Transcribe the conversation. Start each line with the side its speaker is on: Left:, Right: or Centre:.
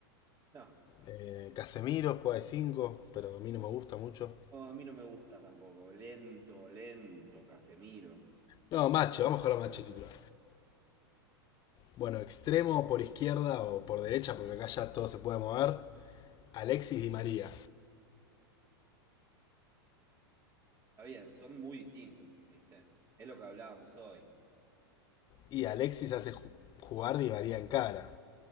Right: No,
Left: Eh, Casemiro juega de 5 pero a mí no me gusta mucho.
Right: no, a mí no me gusta tampoco. Lento, lento, Casemiro.
Left: No, Mache, vamos a jugar a Mache titular. Bueno, extremo por izquierda o por derecha, porque acá ya todo se puede mover. Alexis y María.
Right: Está bien, son muy distintos, ¿viste? Es lo que hablábamos hoy.
Left: Y
Right: Eh,
Left: Alexis hace ju- jugar Di María en cara.